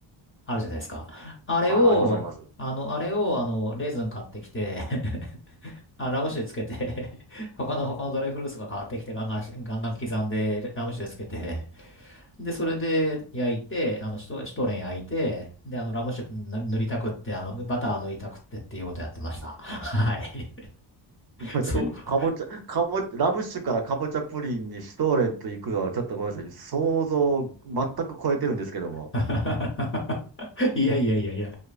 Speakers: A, on the left; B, on the right.
A: あるじゃないですか。あれを、
B: はい、ありますあります。<laughs>
A: あの、あれを、あの、レーズン買ってきて <laughs> あ、ラム酒でつけて <laughs> 他の、他のドライフルーツが買ってきて、ガンガン、ガンガン刻んで、ラム酒でつけて、で、それで焼いて、あの、シュト、シュトーレン焼いて、で、あの、ラムシップ塗塗りたくって、あの、バター塗りたくってっていうことやってました。<laughs> はい。
B: ごめんなさい。
A: そう。
B: かぼちゃ、かぼちゃ、ラム酒からかぼちゃプリンにシュトーレンと行くのはちょっとごめんなさい。想像を全く超えてるんですけども。
A: <laughs> いやいやいやいや。